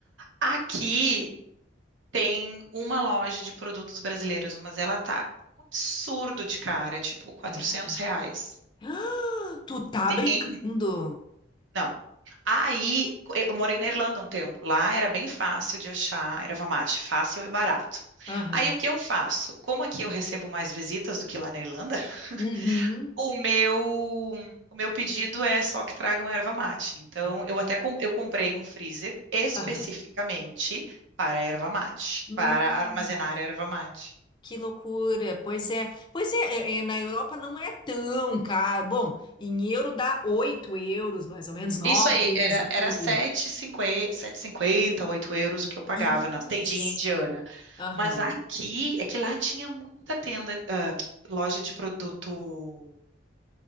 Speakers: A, on the right; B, on the left.
A: Aqui tem uma loja de produtos brasileiros, mas ela tá um absurdo de cara, é tipo quatrocentos
B: É. <gasps>
A: reais.
B: Ah, tu tá
A: Tem?
B: brincando.
A: Não. Aí, eu morei na Irlanda um tempo. Lá era bem fácil de achar erva mate, fácil e barato.
B: Aham.
A: Aí o que eu faço? Como aqui eu recebo mais visitas do que lá na Irlanda, <laughs>
B: Uhum.
A: o meu o meu pedido é só que tragam erva mate. Então,
B: Ah.
A: eu até com- eu comprei um freezer especificamente
B: Aham.
A: para erva mate, para
B: Nossa,
A: armazenar erva mate.
B: que loucura. Pois é. Pois é, é, é, na Europa não é tão caro. Bom, em euro dá 8 euros, mais ou menos 9
A: Isso aí,
B: euros
A: era,
B: o quilo.
A: era 7,50, cinquenta oito euros o que eu pagava
B: Isso.
A: na tendinha indiana.
B: Aham.
A: Mas aqui, é que lá tinha muita tenda, ah, loja de produto